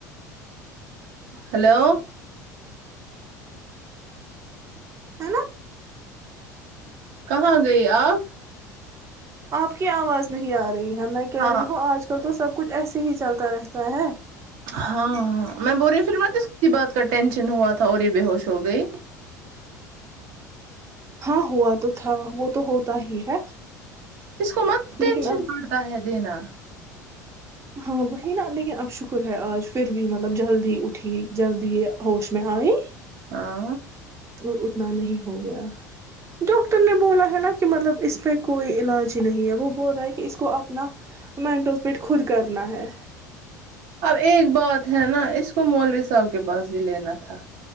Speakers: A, on the right (about 65°); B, on the right (about 30°).
A: ہلو
B: ہے نا
A: کہاں گئی آپ
B: آپ کی آواز نہیں آ رہی ہے میں کہہ
A: ہاں
B: رہی ہوں آج کل تو سب کچھ ایسے ہی چلتا رہتا ہے
A: ہاں ہاں میں بول رہی ہ پھر کسی بات کا ٹینشن ہوا تھا اور یہ بے ہوش ہو گئی
B: ہاں ہوا تو تھا وہ تو ہوتا ہی ہے
A: اس کو مت ٹینشن
B: لیکن اب
A: پڑتا ہے دینا
B: ہاں وہی نا لیکن اب شکر ہے آج پھر بھی ملب مطلب جلدی اٹھی جلدی ہوش میں آئی
A: ہاں
B: اور اتنا نہیں ہو گیا ڈاکٹر نے بولا ہے نا کہ مطب اس پق کوئی علاج ہی نہیں ہے وہ بول رہا ہے کہ اس کو کو اپنا مینٹوز پیٹ خود کرنا ہے
A: اب ایک بات ہے نا اس کو مولوی صاحب کے پاس بھی لینا تھا